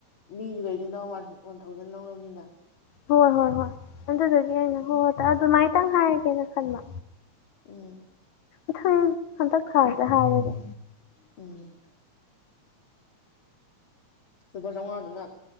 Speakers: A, on the left; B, on the left.
A: ꯃꯤꯗꯨ ꯀꯩꯗ ꯅ ꯋꯥꯟ ꯊꯥꯎꯖꯟ ꯂꯧꯅꯕꯔꯕꯅꯤꯗ
B: ꯍꯣꯏ ꯍꯣꯏ ꯍꯣꯏ ꯑꯗꯨꯗꯒꯤ ꯑꯩꯅ ꯍꯣꯏ ꯍꯣꯏ ꯑꯗꯨꯃꯥꯏꯇꯪ ꯍꯥꯏꯔꯒꯦꯅ ꯈꯟꯕ
A: ꯎꯝ
B: ꯃꯊꯪ ꯍꯟꯇꯛ ꯈꯥꯔꯁꯦ ꯍꯥꯏꯔꯒꯦ
A: ꯎꯝ ꯁꯨꯄ ꯁꯉꯗꯅ